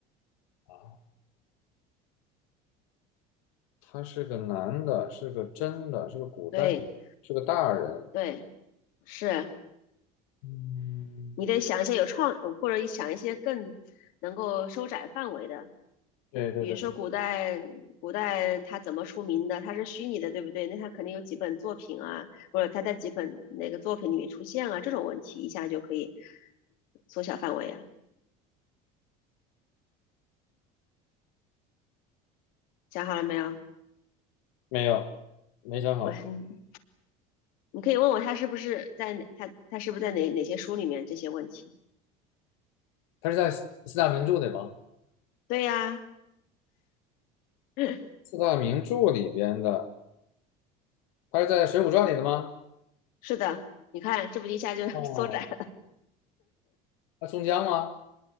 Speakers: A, on the left; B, on the left.
A: 啊，他是个男的，是个真的，是个古代，
B: 对
A: 是个大人。
B: 对，是
A: 嗯，
B: 你得想一些有创，呃或者想一些更能够收窄范围的，
A: 对对对，
B: 比如说古代，古代它怎么出名的？它是虚拟的，对不对？那它肯定有几本作品啊，或者它在几本哪个作品里面出现啊，这种问题一下就可以缩小范围啊。想好了没有？
A: 没有，没想好。
B: 我 <laughs> 你可以问我他是不是在哪，他他是不是在哪哪些书里面这些问题？
A: 他是在四四大名著里吗？
B: 对呀，啊 <laughs>
A: 四大名著里边的，他是在《水浒传》里的吗？
B: 是的，你看这不一下就
A: 哦，
B: <laughs> 缩窄了，
A: 他宋江吗？